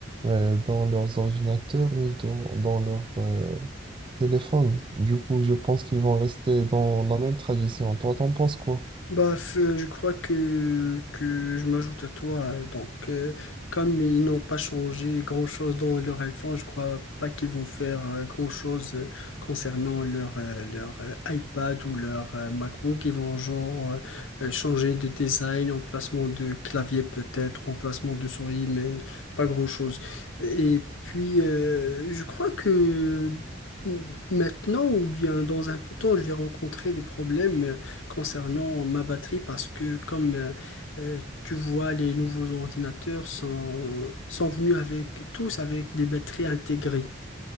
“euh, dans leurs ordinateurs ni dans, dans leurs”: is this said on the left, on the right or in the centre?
Right